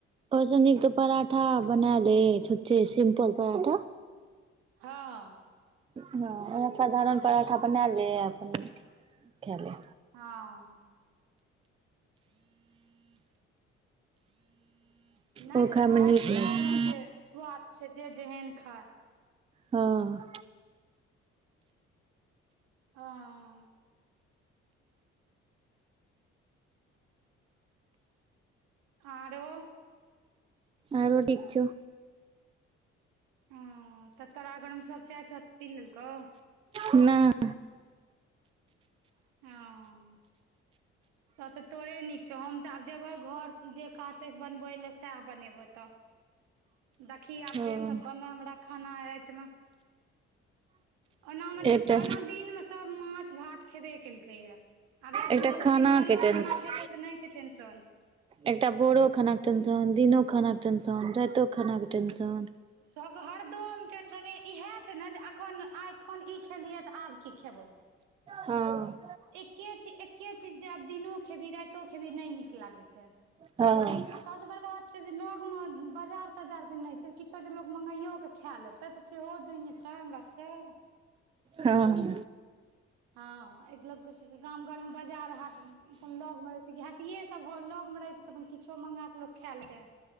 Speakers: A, on the right; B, on the right.
A: ओयसनीक तऽ पराठा बना ले छुछे सिम्पल पराठा-
B: हँ।
A: हँ उहे साधारण पराठा अपन बना ले अपन खेए ले-
B: हँ। नैय
A: ओ
B: तऽ
A: खाय
B: सबके
A: मे नीक लागै
B: सब रंग के स्वाद छै जे जेहन खााय।
A: हँ।
B: हँ। आरो?
A: आरो ठीक छौ।
B: हँ तऽ तरा घर मे सब चाय सब पी लेलकौ?
A: नैय
B: अँ तऽ तऽ तोरे नीक छौ हम तऽ आब जेबै घर जे कहतै बनबै लए सएह बनेबौ तऽ। देखि आब
A: हँ
B: जे सब बने हमरा खाना रैत मे। ओना मे
A: एकटा
B: ओना दिन मे सब माछ भात खेबे केलकैया। आब रैत
A: एकटा
B: मे लोक
A: खाना
B: सिम्पलो
A: के टेंशन
B: खाना खेतै तऽ नैय छै टेंन्शन।
A: एकटा बोड़ो खाना टेंशन दिनो खाना टेंशन रैतो खाना टेंशन।
B: सबके हरदम टेंशन इएह छै ने जे एखन आइखन ई खेलियै तऽ आब की खेबै।
A: हँ।
B: एके चीज एके चीज जे आब दिनो खेबही राइतो खेबी नै नीक लागे छैय।
A: हँ।
B: सबे बड़का बात छै जे लोग में बाजार तजार नै छै किछो जे लोग मंगगइयो क। खाले तै तऽ सेहो दैने छैय हमरा सब के।
A: हँ।
B: हँ एक लोक सबके गाम घर मे बाजार हाट। अपन लग मे रहे छै कि हटिये सब लग मे रहेै छै तऽ अपन किछो मंगा के लोक खैल छै।